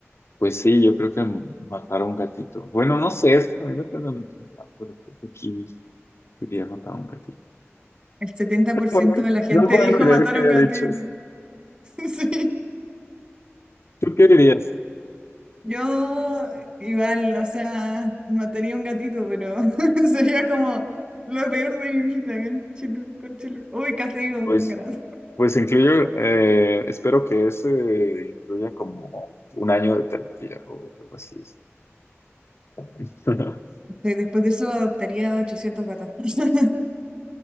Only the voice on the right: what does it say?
El setenta
por ciento
de la gente
dijo
matar
a
un gatito.
<laughs> Sí.
Yo igual, o sea, mataría un gatito, pero <laughs> sería como lo peor de mi vida, conchito, conchito. Uy, casi digo
un gato.
De- Después de eso adoptaría ochocientos gatos. <laughs>